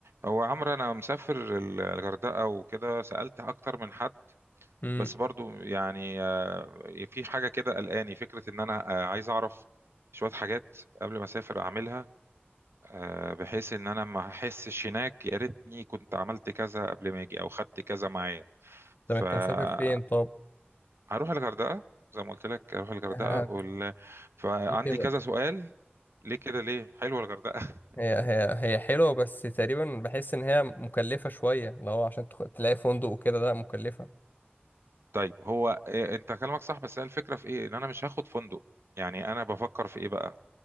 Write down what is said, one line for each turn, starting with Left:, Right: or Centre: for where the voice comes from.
Right: هو عمرو انا مسافر ال- الغردقه وكده سالت اكتر من حد
Left: امم
Right: بس برضو يعني آه، في حاجه كده قلقاني فكره ان انا آه، عايز اعرف شويه حاجات قبل ما اسافر اعملها آه، بحيث ان انا ما احسش هناك يا ريتني كنت عملت كذا قبل ما اجي او خدت كذا معايا فهروح
Left: طب انت ف- مسافر فين طب
Right: الغردقه زي ما قلت لك اروح الغردقه
Left: آه،
Right: وال... فعندي
Left: دي كده
Right: كذا سؤال ليه كده ليه حلوه الغردقه
Left: هي هي هي حلوه بس تقريبا بحس ان هي مكلفه شويه لو عشان تخ- تلاقي فندق وكده لا مكلفه
Right: طيب هو إيه انت كلامك صح بس هي الفكره في ايه ان انا مش هاخد فندق يعني انا بفكر في ايه بقى